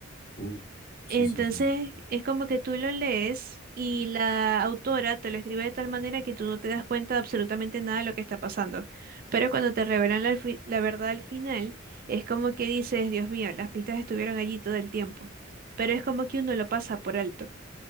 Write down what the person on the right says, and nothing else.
Entonces,
es como que tú lo lees y la autora te lo escribe de tal manera que tú no te das cuenta de absolutamente nada de lo que está pasando. Pero cuando te revelan la, fi- la verdad al final, es como que dices, Dios mío, las pistas estuvieron allí todo el tiempo. Pero es como que uno lo pasa por alto.